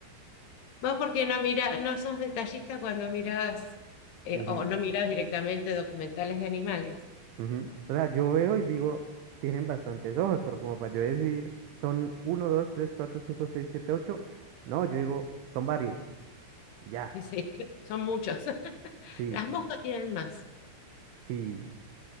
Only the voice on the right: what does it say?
Ujú.
Ujú. O sea, yo veo y digo, tienen bastantes ojos, pero como para yo decir, son uno, 2, 3, 4, 5, 6, 7, 8. no, yo digo, son varios. Y ya,
sí,
sí.